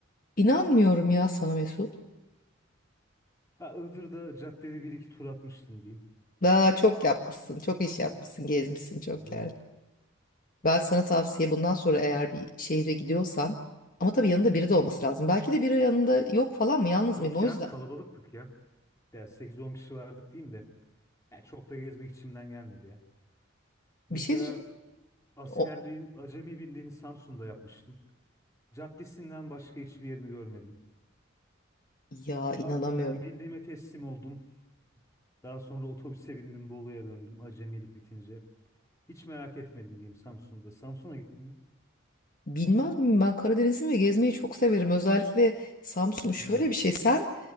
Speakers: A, on the left; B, on the left.
A: İnanmıyorum ya sana Mesut.
B: Ha Iğdır'da caddede bir iki tur atmıştım diyeyim.
A: Daha çok yapmışsın, çok iş yapmışsın, gezmişsin çok
B: Değil
A: yer.
B: mi?
A: Ben sana tavsiye bundan sonra eğer bir şehre gidiyorsan ama tabii yanında biri de olması lazım. Belki de biri yanında yok falan mı, yalnız
B: Yok
A: mıydın? O
B: ya
A: yüzden
B: kalabalıktık ya. Ya 8-10 kişi vardık diyeyim de. Ya çok da gezmek içimden gelmedi ya. Mesela
A: bir şey düş-
B: askerliğin
A: o
B: Acemi Birliği'ni Samsun'da yapmıştım. Caddesinden başka hiçbir yerini görmedim.
A: ya
B: Te-
A: inanamıyorum.
B: a- e, birliğime teslim oldum. Daha sonra otobüse bindim Bolu'ya döndüm acemilik bitince. Hiç merak etmedim diyeyim Samsun'da. Samsun'a gittin mi?
A: Bilmez miyim ben Karadeniz'im ve gezmeyi çok severim. Özellikle Samsun şöyle
B: Hmm.
A: bir şey sen